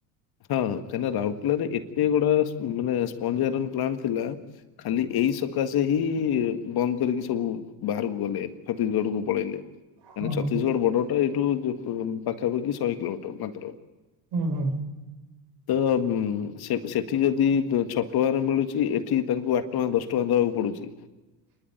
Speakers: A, on the left; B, on the right.
A: ହଁ କାହିଁକି ରାଉରକେଲାରେ ଏତେ ଗୁଡା ମାନେ ସ୍ପ୍ଜ ଆଇରନ୍ ପ୍ଲାଣ୍ଟ ଥିଲା ଖାଲି ଏଇ ସକାଶେ ହିଁ ବନ୍ଦ କରିକି ସବୁ ବାହାରକୁ ଗଲେ ଛତିସିଗଡ କୁ ପଳେଇଲେ ମାନେ
B: ହଁ
A: ଛତିସିଗଡ ବର୍ଡର ଟା ଏଇଠୁ ପାଖାପାଖି ଶହେ କିଲୋମିଟର ମାତ୍ର
B: ହୁଁ ହୁଁ।
A: ତ ଉଁ ସେଠି ଯଦି ଛୋଟ ଟଙ୍କାରେ ମିଳୁଛି ଏଠି ତାଙ୍କୁ ଆଠ ଟଙ୍କା ଦଶ ଟଙ୍କା ଦେବାକୁ ପଡୁଛି।